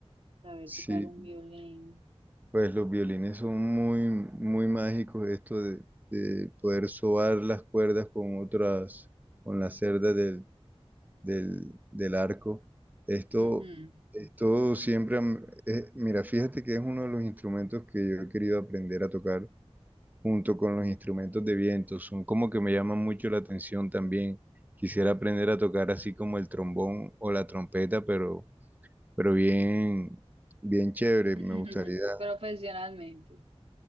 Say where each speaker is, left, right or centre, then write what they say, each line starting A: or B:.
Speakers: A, on the right; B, on the right.
A: saber
B: Sí,
A: tocar un violín
B: pues los violines son muy, muy mágicos, esto de, de poder sobar las cuerdas con otras, con las cerdas del, del, del arco. Esto,
A: Ujú.
B: esto siempre, am- eh, mira, fíjate que es uno de los instrumentos que yo he querido aprender a tocar junto con los instrumentos de viento. Son como que me llaman mucho la atención también. Quisiera aprender a tocar así como el trombón o la trompeta, pero, pero bien, bien chévere,
A: <laughs>
B: me gustaría.
A: profesionalmente,